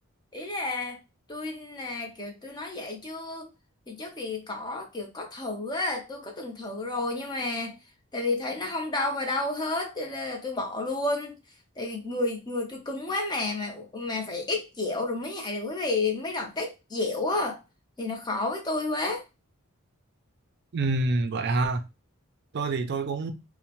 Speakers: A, on the left (about 20°); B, on the right (about 50°).
A: ý là tôi là kiểu tôi nói vậy chứ thì trước thì có kiểu có thử á tôi có từng thử rồi nhưng mà tại vì thấy nó không đau vào đâu hết cho nên là tôi bỏ luôn tại vì người người tôi cứng quá mà mà mà phải ép dẻo rồi mới nhảy được quý vị mấy động tác dẻo á thì nó khó với tôi quá
B: Ừ, vậy ha. tôi thì tôi cũng